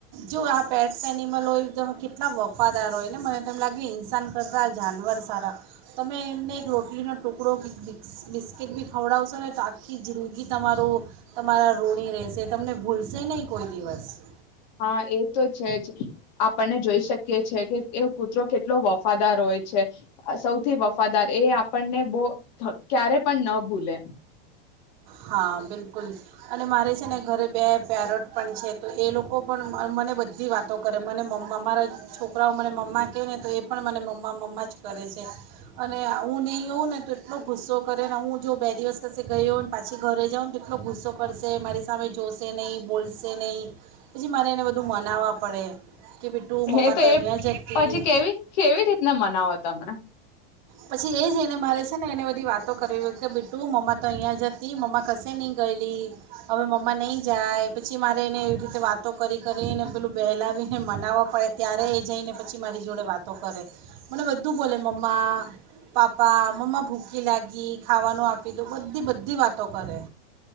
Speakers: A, on the right; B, on the left.
A: જો આ પેટ્સ એનિમલ હોય તમે કેટલા વફાદાર હોય ને મને તો એમ લાગે ઇન્સાન કરતા આ જાનવર સારા તમે એમને એક રોટલીનો ટુકડો કેઈક બિક બિસ્કીિટ બી ખવડાવશો ને તો આખી જિંદગી તમારો તમારા ઋની રહેશે તમને ભૂલશે ને. કોઈ દિવસ.
B: હા એ તો છે જ આપણને જોઈ શકીએ છે કે એ કૂતરો કેટલો વફાદાર હોય છે સૌથી વફાદાર. એ આપણને બહુ <unintelligible> ક્યારે પણ ન ભૂલે.
A: હા બિલકુલ અને મારે છે ને ઘરે બે પેરટ પણ છે તો એ લોકો પણ મને બધી વાતો કરે મને મમ્મા મારા છોકરાઓ મને મમ્મા કહે ને તો એ પણ મને મમ્મા મમ્મા જ કરે છે. અને હું નહીં અવ ને તો એટલો ગુસ્સો કરે ને હું જો બે દિવસ કસે ગઈ હોં ને પાછી ઘરે જાઉં ને તો એટલો ગુસ્સો કરશે મારી સામે જોશે નહીં, બોલશે નહીં. પછી મારે એને બધું મનાવવા પડે. કે બેટું મમ્મા
B: ને તો
A: અહીંયા
B: એ
A: જ હતી
B: પછી કેવી કેવી રીતના મનાવો તને
A: પછી એ જ એને મારે છે ને એને બધી વાતો કરવી કે બીટું મમ્મા તો અહીંયા જતી મમ્મા કશે નહીં ગયેલી હવે મમ્મા નહીં જાય પછી મારે એને એવી રીતે વાતો કરી કરી એને પેલું બહેલાવીને મનાવવા પડે ત્યારે એ જઈને પછી મારી જોડે વાતો કરે. મને બધું બોલે મમ્મા પાપા, મમ્મા ભૂકી લાગી, ખાવાનું આપી દઉ, બધી બધી વાતો કરે.